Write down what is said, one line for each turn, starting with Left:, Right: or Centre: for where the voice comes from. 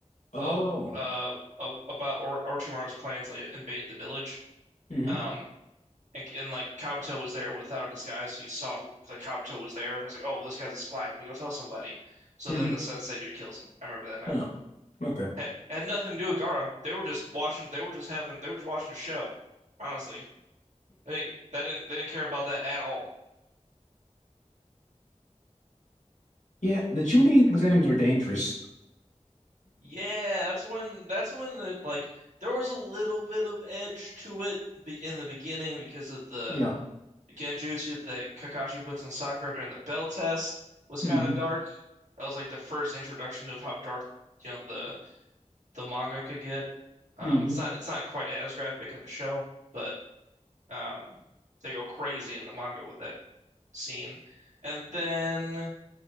Left: Oh.
Right: of uh of, about or Orochimaru's plan to invade the village.
Left: hmm
Right: Um, and, and like Kabuto was there without a disguise, so he saw who, like Kabuto was there and was like, "Oh, this guy's a spy," and you go tell somebody. So
Left: hmm
Right: then the sensei dude kills him. I remember that now.
Left: Oh. Okay. <laughs>
Right: Had had nothing to do with Gara. They were just watching. They were just having. They were just watching a show. Honestly, I think that didn't. They didn't care about that at all.
Left: Yeah, the tuning exams were dangerous.
Right: Yeah, that's when. That's when the like there was a little bit of edge to it be- in the beginning because of the
Left: Yeah.
Right: genjutsu that Kakashi puts on Sakura during the bell test was
Left: hmm
Right: kind of dark. That was like the first introduction of how dark, you know, the the manga could get. Um,
Left: hmm
Right: it's not it's not quite as graphic in the show, but um, they go crazy in the manga with that scene. And then